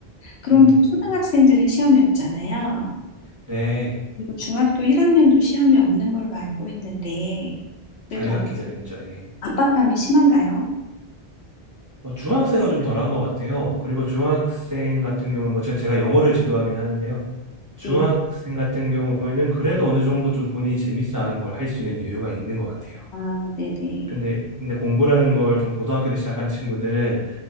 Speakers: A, on the left; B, on the right.
A: 그런데
B: 음,
A: 초등학생들은 시험이 없잖아요.
B: 네.
A: 그리고 중학교 1학년도 시험이 없는 걸로 알고 있는데, 그래도
B: 자유학기제가
A: 아
B: 있죠. 예.
A: 압박감이 심한가요?
B: 어, 중학생은 좀 덜한 것 같아요. 그리고 중학생 같은 경우는 뭐 제, 제가 영어를 지도하긴 하는데요. 중학생
A: 네.
B: 같은 경우에는 그래도 어느 정도 좀 본인이 재밌어 하는 걸 할 수 있는 여유가 있는 것 같아요.
A: 아, 네네.
B: 근데 근데 공부라는 걸 좀 고등학교 때 시작한 친구들은